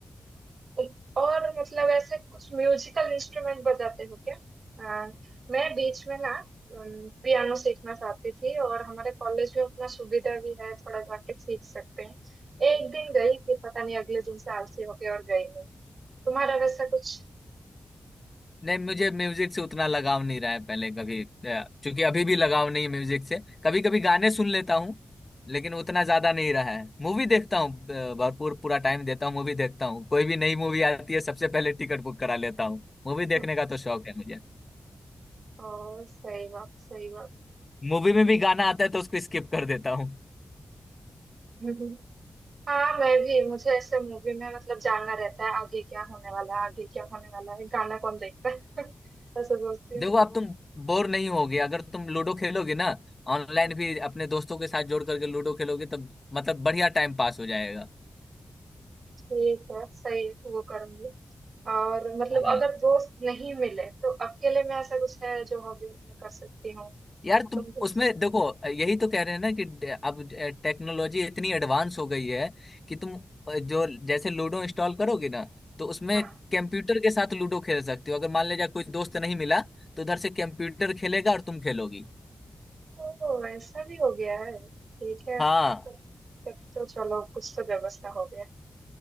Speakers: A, on the right; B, on the left.
A: औ- और मतलब ऐसे कुछ म्यूजिकल इंस्ट्रूमेंट बजाते हो क्या हाँ मैं बीच में ना पियानो सीखना चाहती थी और हमारे कॉलेज में उतना सुविधा भी है थोड़ा जाके सीख सकते हैं एक दिन गई फिर पता नहीं अगले दिन से आलसी हो गई और गई नहीं तुम्हारा वैसा कुछ
B: नहीं मुझे म्यूजिक से उतना लगाव नहीं रहा है पहले कभी अ, क्योंकि अभी भी लगाव नहीं है म्यूजिक से कभी कभी गाने सुन लेता हूँ लेकिन उतना ज्यादा नहीं रहा है मूवी देखता हूँ अ, भरपूर पूरा टाइम देता हूँ मूवी देखता हूँ कोई भी नई मूवी आती है सबसे पहले टिकट बुक करा लेता हूँ मूवी
A: <laughs>
B: देखने का तो शौक है मुझे
A: ओ सही बात सही बात
B: मूवी में भी गाना आता है तो उसको स्किप कर देता हूँ
A: <laughs> हाँ मैं भी मुझे ऐसे मूवी में मतलब जानना रहता है आगे क्या होने वाला है आगे क्या होने वाला है गाना कौन देखता है <laughs> ऐसा सोचती हूँ
B: देखो अब तुम बोर नहीं होगे अगर तुम लूडो खेलोगे ना ऑनलाइन
A: हाँ।
B: भी अपने दोस्तों के साथ जोड़ करके लूडो खेलोगे तब मतलब बढ़िया टाइम पास हो जाएगा
A: ठीक है सही है वो करूंगी और मतलब
B: हाँ,
A: अगर दोस्त नहीं मिले तो अकेले में ऐसा कुछ है जो हॉबी मैं कर सकती हूँ
B: यार तुम
A: तुम कुछ
B: उसमें देखो यही तो कह रहे हैं ना कि डे- अब टेक्नोलॉजी इतनी एडवांस हो गई है कि तुम अ, जो जैसे लूडो इंस्टॉल करोगे ना तो उसमें
A: हाँ
B: कंप्यूटर के साथ लूडो खेल सकते हो अगर मान लीजिए कोई दोस्त नहीं मिला तो उधर से कंप्यूटर खेलेगा और तुम खेलोगी
A: ओ ऐसा भी हो गया है ठीक है
B: हाँ
A: तब तब तो चलो कुछ तो व्यवस्था हो गया